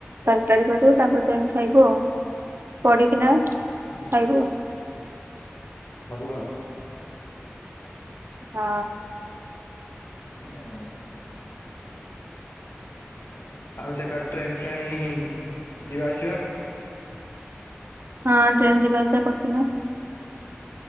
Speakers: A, on the right; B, on the left.
A: ତରକାରୀ କରିବୁ ତାପରେ ଯାଇକି ଖାଇବୁ ଆଉ। କିରିକିନା ଖଇବୁ।
B: ହୁଁ ଭଲ।
A: ହଁ।
B: ହଁ। ଆଉ ସେ କରେ ଟ୍ରେନ୍ ଫ୍ରେନ୍ ଯିବା ଆସିବା?
A: ହଁ ଟ୍ରେନ ଯିବା ଆସିବା କରୁଛି ନା?